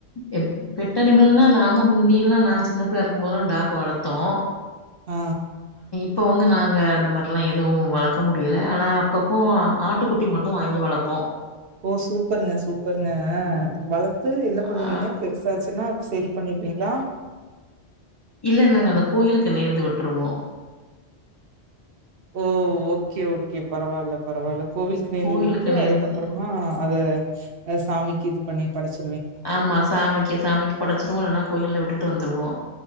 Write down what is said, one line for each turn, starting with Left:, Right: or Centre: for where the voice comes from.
Left: இப் பெட்டனிமல்லா நாங்க முந்தில்லா நா சின்ன பிள்ளையா இருகுபோதுல்லா டாக் வளத் தோ
Right: அ
Left: இப்போ வந்து நாங்க அந்த மாரிலா எதுவு வளக்க முடியல ஆனா அப்பப்போ ஆட்டுகுட்டி மட்டூ வாங்கி வளப்போ
Right: ஓ சூப்பருங்க சூப்பருங்க வளத்து என்ன பணுவீங்க
Left: ஆ
Right: பெருசாச் இதநா செரி பண்ணிருபீங்ளா
Left: இல்ல நாங்க அந்த கோயிலுக்கு நேந்து விட்ருவோ
Right: ஓ ஓகே ஓகே பரவால்ல பரவால்ல கோவில் க்கு நேந்து
Left: கோயிலுக்கு
Right: விட்டுட்டு
Left: நேந்து
Right: அதுகப்றமா அத சாமிக்கி இது பண்ணி படச்சு
Left: ஆமா சாமிக்கி சாமிக் படச்ருவோ இல்னா கோயில்ல விட்டுட்டு ட்டு வந்ருவோ